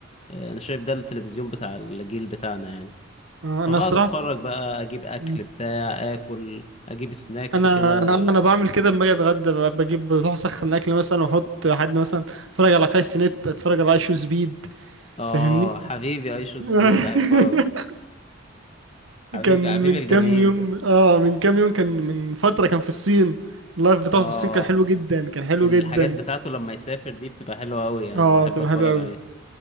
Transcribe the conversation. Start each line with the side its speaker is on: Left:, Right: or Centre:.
Left: آه، أنا شايف ده التلفزيون بتاع الجيل بتاعنا يعني
Right: آه، انا
Left: فبقعد
Right: صراحه
Left: أتفرج
Right: كنت-
Left: بقى أجيب أكل
Right: مم.
Left: بتاع آكل أجيب سناكس
Right: انا
Left: كده
Right: انا انا بعمل كده لما اجي اتغدى ب- بجيب بروح اسخن اكل مثلا واحط حد مثلا اتفرج على كايس نت اتفرج على ايشو سبيد
Left: اه
Right: فاهمني
Left: حبيبي ايشو سفيد
Right: <laughs>
Left: بحبه قوي <laughs> حبيبي
Right: كان
Left: حبيبي
Right: من
Left: الجماهير
Right: كام يوم
Left: ده
Right: اه من كام يوم كان من فتره كان في الصين اللايف بتاعه
Left: اه
Right: في الصين كان حلو جدا كان حلو
Left: الحاجات
Right: جدا
Left: بتاعته لما يسافر دي بتبقى حلوة قوي انا
Right: اه
Left: بحب
Right: تبقى
Left: اتفرج
Right: حلو قوي
Left: عليه